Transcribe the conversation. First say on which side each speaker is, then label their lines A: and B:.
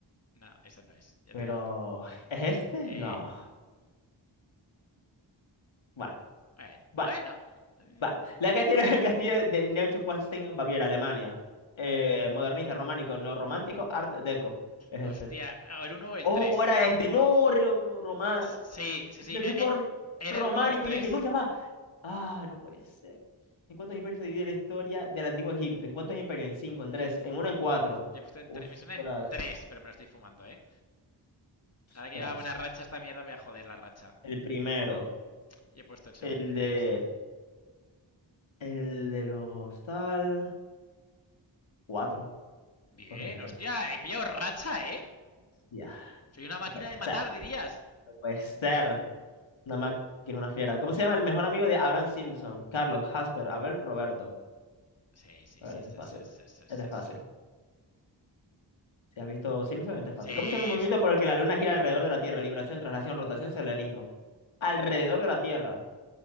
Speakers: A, on the left; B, on the left.
A: No, esa no es. Ya
B: pero
A: te digo que...
B: ¿es este?
A: Eh,
B: No. Bueno,
A: bueno,
B: bueno,
A: bueno. Eh,
B: bueno. La Castilla del castillo de Neuschwanstein, Baviera, Alemania. Eh, modernista, románico, no romántico, art deco. Es
A: Hostia,
B: este.
A: o el uno o el
B: O
A: 3.
B: o era este, no, román
A: Sí, sí, sí.
B: me
A: eh,
B: fui por
A: eh, Era
B: románico.
A: el uno o el 3.
B: Y yo dije, no, ya va. Ah, no puede ser. ¿En cuántos imperios se divide la historia del antiguo Egipto? ¿En cuántos imperios? En cinco, en tres, en uno, en cuatro.
A: Yo he puesto en
B: Ostras,
A: tre- Me suena en tres, pero me lo estoy fumando, ¿eh?
B: ostras.
A: Ahora que lleva buena racha esta mierda, voy a joder la racha.
B: El primero,
A: Y he puesto el segundo
B: el
A: en
B: de,
A: tres.
B: el de los tal, cuatro.
A: Bien,
B: Pues mira, en tres.
A: hostia, he pillado racha, ¿eh?
B: Ya,
A: Soy una máquina
B: no puede
A: de matar,
B: ser,
A: dirías.
B: no puede ser. Una máquina, una fiera. ¿Cómo se llama el mejor amigo de Abraham Simpson? Carlos, Hasper, Abel, Roberto.
A: Sí, sí,
B: A
A: sí,
B: ver, este
A: sí,
B: es fácil.
A: sí, sí, sí,
B: Este
A: sí.
B: es fácil.
A: Sí,
B: Si has visto Simpson, este es
A: sí
B: fácil. ¿Cómo se llama el movimiento
A: somos
B: por
A: potentes.
B: el que la luna gira alrededor de la Tierra? Libración, traslación, rotación, selenismo. Alrededor de la Tierra.